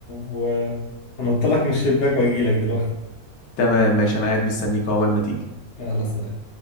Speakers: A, on the left (about 45°); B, on the left (about 85°).
A: و... أنط لك من الشباك وأجيلك دلوقتي
B: تمام ماشي انا قاعد مستنيك عقبال ما تيجي
A: يلا سلام